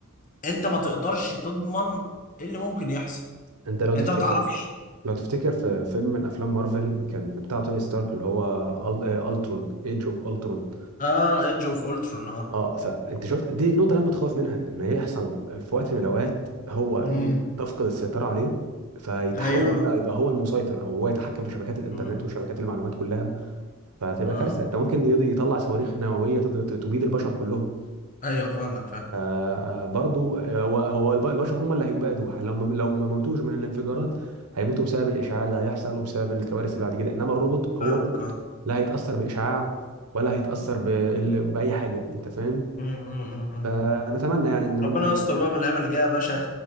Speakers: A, on the left (about 35°); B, on the right (about 85°).
A: انت ما تقدرش تضمن ايه اللي ممكن يحصل
B: انت لو تفتكر
A: انت ما تعرفش
B: لو تفتكر في فيلم من افلام مارفل كان بتاع توني ستارك اللي هو أل- آه، الترون ايدج اوف الترون
A: اه ايدج اوف الترون اه
B: اه فانت شفت دي النقطه اللي انا متخوف منها ان يحصل في وقت من الاوقات هو
A: امم
B: ي- تفقد السيطره عليه فيتحول
A: ايوه
B: بقى يبقى هو المسيطر او هو يتحكم في شبكات الانترنت
A: امم
B: وشبكات المعلومات كلها فتبقى
A: اه
B: كارثه انت ممكن يض- يطلع صواريخ نوويه تض- ت- تبيد البشر كلهم
A: ايوه فاهمك فاهمك
B: آه برضو هو هو الب- البشر هم اللي هيبادوا لو ما لو ما موتوش من الانفجارات هيموتوا بسبب الاشعاع اللي هيحصل وبسبب الكوارث اللي بعد كده انما الروبوت هو
A: فاهمك
B: روبوت
A: اه
B: لا هيتاثر باشعاع ولا هيتاثر بال- باي حاجه انت فاهم
A: أمم، أمم، أمم.
B: فنتمنى يعني ان هم
A: ربنا
B: ي-
A: يستر بقى من الايام اللي جايه يا باشا